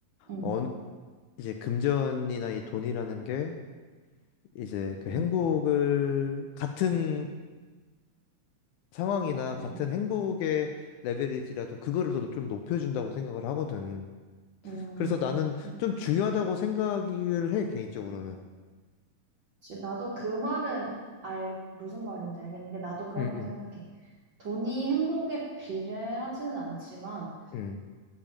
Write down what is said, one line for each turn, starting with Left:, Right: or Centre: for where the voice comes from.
Right: 응,
Left: 어느 이제 금전이나 이 돈이라는 게 이제 그
Right: 응,
Left: 행복을 같은 상황이나
Right: 응.
Left: 같은
Right: 응.
Left: 행복의 레벨일지라도 그거를 더 좀 높여준다고 생각을 하거든.
Right: 음,
Left: 그래서 나는
Right: 그치.
Left: 좀 중요하다고 생각을 해, 개인적으로는.
Right: 나도 그 말은 알, 무슨 말인지 알겠는 게 나도 그렇게
Left: 응, 응,
Right: 생각해. 돈이 행복에 비례하지는 않지만
Left: 응,